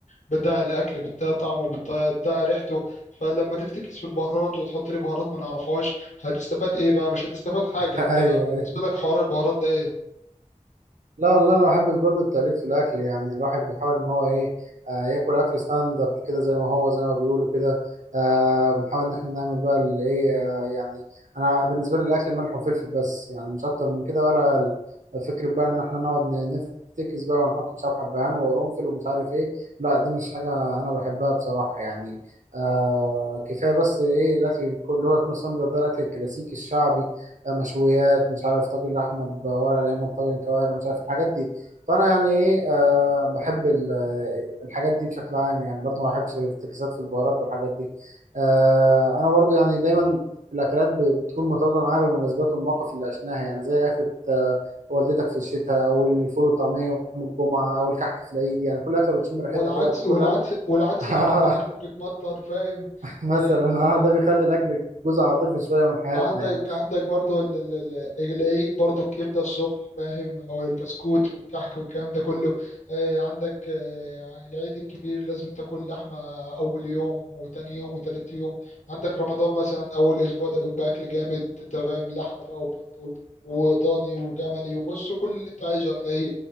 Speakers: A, on the left; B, on the right.
A: بتضيع الأكل بتضيع طعمه بتضيع بتضيع ريحته فلما تفتكس في البهارات وتحط لي بهارات ما نعرفهاش هتستفاد إيه بقى مش هتستفاد حاجة
B: <laughs> أيوه
A: أنت بالنسبة
B: أيوه
A: لك حوار البهارات ده إيه
B: لا والله انا بحب برضه التأليف في الاكل يعني الواحد بيحاول ان هو ايه آه ياكل اكل ستاندرد كده زي ما هو زي ما بيقولوا كده آه بنحاول ان احنا نعمل بقى الايه آه يعني انا بالنسبه لي الاكل ملح وفلفل بس يعني مش اكتر من كده ولا ال- فكره بقى ان احنا نقعد ن- نفتكس بقى ونحط مش عارف حبهان وقرنفل ومش عارف ايه لا دي مش حاجه انا بحبها بصراحه يعني آه كفايه بس ايه الاكل اللي هو يكون ستاندرد ده الاكل الكلاسيكي الشعبي مشويات مش عارف طاجن لحمه بورق العنب طاجن كوارع مش عارف الحاجات دي فانا يعني ايه آه بحب ال- آه، الحاجات دي بشكل عام يعني برضو ما بحبش الافتكاسات في البهارات والحاجات دي آه انا برضو يعني دايما الاكلات ب- بتكون مرتبطه معايا بالمناسبات والمواقف اللي عشناها يعني زي اكله آه والدتك في الشتاء او الفول والطعميه يوم الجمعه او الكحك في العيد يعني كل اكله بتشم ريحتها
A: والعدس
B: كده وتاكلها
A: والعدس والعدس
B: <laughs>
A: لما
B: آه
A: الدنيا تكون بتمطر فاهم
B: مثلا
A: آه، آه.
B: اه ده بيخلي الاكل جزء عاطفي شويه من حياتنا
A: عندك
B: يعني
A: عندك برضو ال- ال- ال- العيد برضو الكبدة الصبح فاهم أو البسكوت والكحك والكلام ده كله آه، عندك آه، العيد الكبير لازم تاكل لحمة أول يوم وتاني يوم وتالت يوم عندك رمضان مثلا أول أسبوع ده بيبقى أكل جامد أنت فاهم لحمة بقى وبط وضاني وجملي وبص كل اللي أنت عايزه هتلاقيه